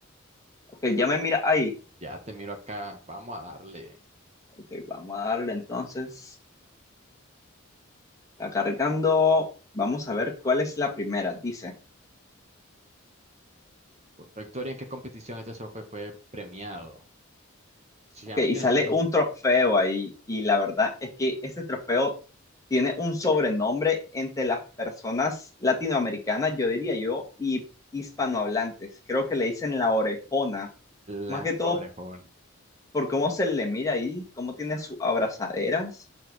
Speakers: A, on the left; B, on the right.
A: Ok, ya me mira ahí.
B: ya te miro acá, vamos a darle.
A: Ok, vamos a darle entonces. Está cargando. Vamos a ver cuál es la primera. Dice.
B: Por Victoria, ¿en qué competición este trofeo fue premiado? Champions
A: Ok, y sale
B: League,
A: un trofeo ahí, y la verdad es que ese trofeo tiene un sobrenombre entre las personas latinoamericanas, yo diría yo, y hispanohablantes. Creo que le dicen la orejona, más
B: la
A: que todo
B: orejona.
A: por cómo se le mira ahí, cómo tiene sus abrazaderas,